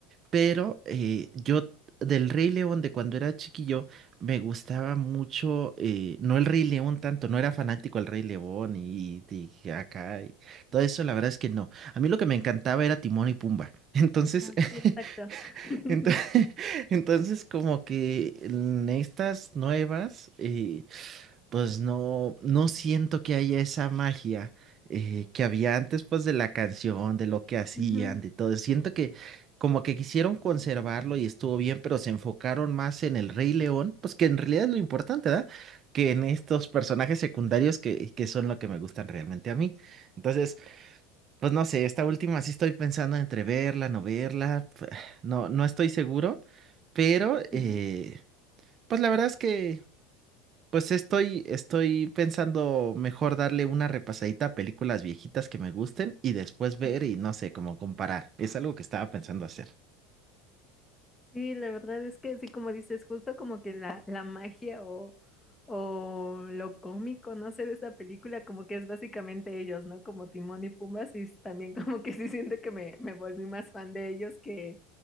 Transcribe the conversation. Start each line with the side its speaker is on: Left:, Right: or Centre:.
Right: Pero eh, yo del Rey León de cuando era chiquillo me gustaba mucho, eh, no el Rey León tanto, no era fanático del Rey León y, y acá y todo eso, la verdad es que no. A mí lo que me encantaba era Timón y Pumba. <laughs> Entonces,
Left: Ah, sí, exacto.
Right: <laughs>
Left: <laughs>
Right: ento- <laughs> entonces, como que en estas nuevas, eh, pues no, no siento que haya esa magia eh, que había antes, pues de la canción, de lo que hacían,
Left: Ujú,
Right: de todo. Siento que como que quisieron conservarlo y estuvo bien, pero se enfocaron más en el Rey León, pues que en realidad es lo importante, ¿verdad? Que en estos personajes secundarios que, que son lo que me gustan realmente a mí. Entonces, pues no sé, esta última sí estoy pensando entre verla, no verla, <sighs> p- no, no estoy seguro, pero
Left: ujú,
Right: eh,
Left: ujú.
Right: pues la verdad es que... Pues estoy, estoy pensando mejor darle una repasadita a películas viejitas que me gusten y después ver
Left: ujú.
Right: y no sé, como comparar. Es algo que estaba pensando hacer.
Left: Sí, la verdad es que sí, como dices, justo como que la, la magia o, o lo cómico, no sé, de esta película, como que es básicamente ellos, ¿no? Como Timón y Pumbas, y s- también <laughs> como que sí siento que me, me volví más fan de ellos que,